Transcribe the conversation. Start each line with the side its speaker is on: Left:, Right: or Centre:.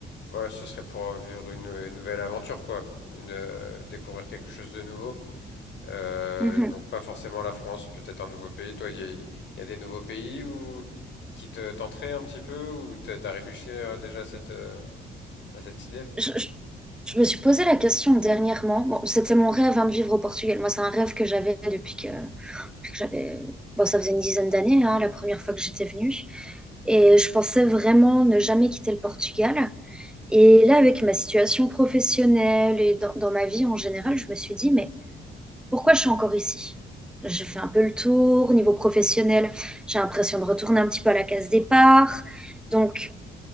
Left: voilà, ce serait pour vivre une, une nouvelle aventure quoi, une, euh, découvrir quelque chose de nouveau. Euh,
Centre: Mhm.
Left: donc pas forcément la France, peut-être un nouveau pays. Toi, il y a, il y a des nouveaux pays où qui te tenteraient un petit peu ou t'as t'as réfléchi euh, déjà à cette, euh, à cette idée?
Centre: Je, je- je me suis posé la question dernièrement. Bon, c'était mon rêve hein, de vivre au Portugal. Moi, c'est un rêve que j'avais depuis que, depuis que j'avais. Bon, ça faisait une dizaine d'années, hein, la première fois que j'étais venue. Et je pensais vraiment ne jamais quitter le Portugal. Et là, avec ma situation professionnelle et dans, dans ma vie en général, je me suis dit, mais pourquoi je suis encore ici? J'ai fait un peu le tour. Niveau professionnel, j'ai l'impression de retourner un petit peu à la case départ. Donc,